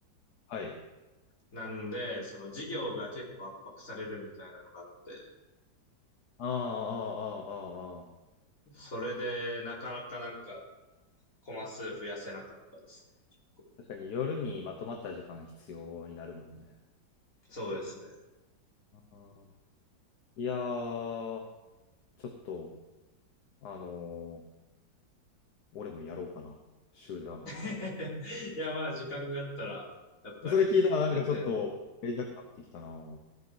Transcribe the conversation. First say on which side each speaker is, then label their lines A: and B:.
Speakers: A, on the left; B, on the left.
A: はい。
B: なんで、その授業が結構圧迫されるみたいなのがあって、
A: ああ、ああ、ああ、ああ。
B: それでなかなかなんかコマ数増やせなかったですね。結構。
A: 確かに夜にまとまった時間必要になるもんね。
B: そうですね。
A: あーいやー、ちょっと、あのー俺もやろうかな。集団。
B: <laughs> いや、まあ時間があったら、やっぱり全然
A: それ聞いたらなんかちょっとやりたくなってきたな。